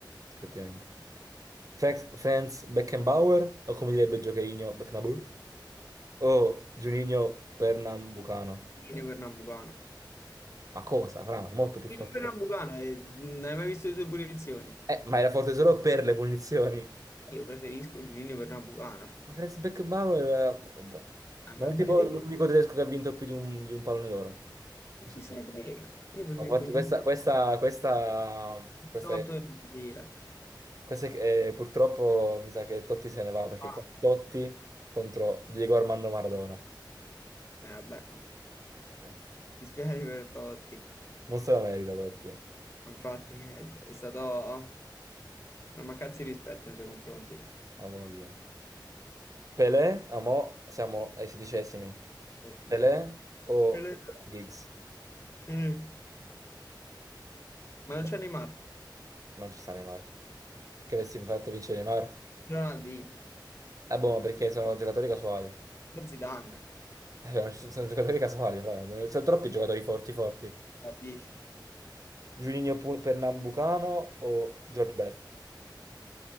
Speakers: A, on the right; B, on the left.
A: effettivamente. Frank, Franz Beckenbauer o come direbbe Giocherino Beckenbauer? O Juninho Pernambucano?
B: Gino Pernambucano.
A: Ma cosa, Fra, molto più
B: Gino
A: forte.
B: Pernambucano, eh, non hai mai visto le sue punizioni?
A: Eh, ma era forte solo per le punizioni.
B: Io preferisco Giulio Pernambucano.
A: Ma Franz Beckenbauer era... boh.
B: Ah,
A: Non
B: ma
A: è
B: non
A: tipo
B: te devi...
A: l'unico tedesco che ha vinto più di un, di un pallone d'oro.
B: Ma
A: Questo
B: chi
A: sì.
B: se
A: no.
B: ne frega? Io preferisco
A: Ma forte-
B: Giulio
A: Questa, questa, questa, questa
B: Lotto
A: è-
B: del Brasile.
A: questa è- eh, purtroppo mi sa che Totti se ne va perché
B: Ah,
A: qua Totti contro Diego Armando Maradona.
B: eh, vabbè.
A: <laughs> Eh,
B: Mi spiace per Totti.
A: Non se la merita Totti,
B: Infatti è, è stata oh, una mancanza di rispetto nei suoi confronti.
A: ha voglia. Pelé, a mo siamo ai sedicesimi.
B: Pessimi.
A: Pelé o
B: Pelé,
A: Giggs?
B: Pelé. Ma non
A: No,
B: c'è Neymar,
A: non ci sta Neymar. Perché avessi fatto vincere Neymar?
B: Ronaldinho,
A: Eh, boh, ma perché sono giocatori casuali.
B: lo Zidane,
A: Eh, beh, non ci- sono giocatori casuali, però. Non- Sono troppi giocatori forti, forti.
B: Bardici,
A: Juninho Pu- Pernambucano o George Best,